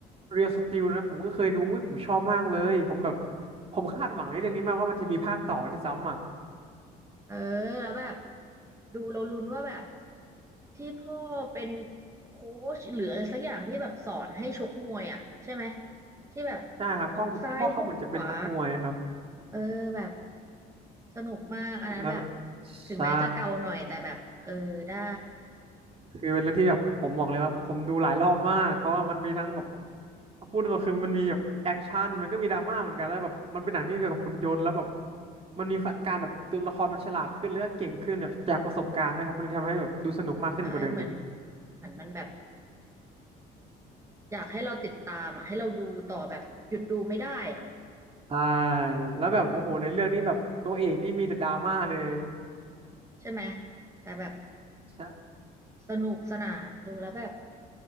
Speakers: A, on the right; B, on the right.
A: Real Steel นะผมก็เคยดูอุ๊ยผมชอบมากเลยผมแบบผมคาดหวังในเรื่องนี้มากว่ามันจะมีภาคต่อด้วยซ้ำอ่ะ
B: เออแล้วแบบดูเราลุ้นว่าแบบที่พ่อเป็นโค้ชหรืออะไรสักอย่างที่แบบสอนให้ชกมวยอ่ะใช่ไหมที่แบบ
A: ใช่ครับพ่อพ่อเขาเหมือนจะเป็นนักมวยครับ
B: ฮุกซ้ายฮุกขวาเออแบบสนุกมากอันนั้นแบบ
A: แล้ว
B: ถึงแม้จะเก่าหน่อยแต่แบบเออได้
A: ใช่คือเป็นเรื่องที่แบบผมบอกเลยว่าผมดูหลายรอบมากเพราะว่ามันมีทั้งแบบ พูดตรงๆคือมันมีแบบแอคชั่นมันก็มีดราม่าเหมือนกันแล้วแบบมันเป็นหนังที่เกี่ยวกับหุ่นยนต์แล้วแบบมันมีการแบบตัวละครมันฉลาดขึ้นแล้วก็เก่งขึ้นแบบจากประสบการณ์นะครับมันเลยทำให้แบบดูสนุกมากขึ้นกว่าเดิมอีก
B: ได้เหมือนเหมือนมันแบบ อยากให้เราติดตามอ่ะให้เราดูต่อแบบหยุดดูไม่ได้อ่ะ
A: ใช่ครับแล้วแบบโอ้โหในเรื่องนี้แบบตัวเอกนี่มีแต่ดราม่าเลย
B: ใช่ไหมแต่แบบ
A: ใช่
B: สนุกสนานดูแล้วแบบ